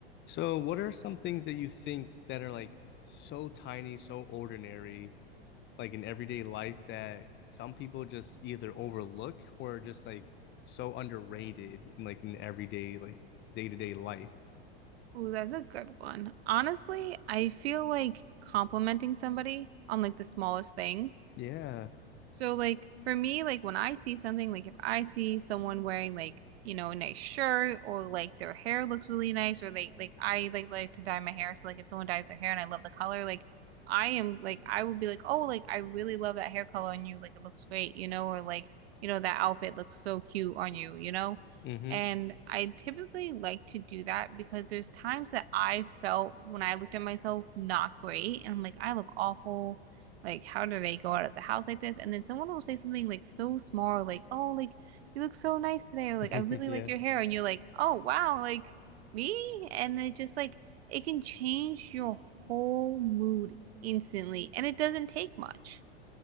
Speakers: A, on the left; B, on the right.
A: So, what are some things that you think that are like so tiny, so ordinary, like in everyday life that some people just either overlook or just like so underrated in like in everyday, like day-to-day life?
B: Ooh, that's a good one. Honestly, I feel like complimenting somebody on like the smallest things.
A: Yeah.
B: So like for me, like when I see something, like if I see someone wearing like, you know, a nice shirt or like their hair looks really nice or they like I like like to dye my hair. So like if someone dyes their hair and I love the color, like I am like I would be like, "Oh, like I really love that hair color on you. Like it looks great, you know, or like, you know, that outfit looks so cute on you, you know?"
A: Mm-hmm.
B: And I typically like to do that because there's times that I felt when I looked at myself not great and I'm like, "I look awful." Like, how did I go out of the house like this? And then someone will say something like so small, like, oh, like, you look so nice today, or like,
A: <laughs>
B: I really
A: Yeah.
B: like your hair. And you're like, oh, wow, like, me? And it just like, it can change your whole mood instantly. And it doesn't take much.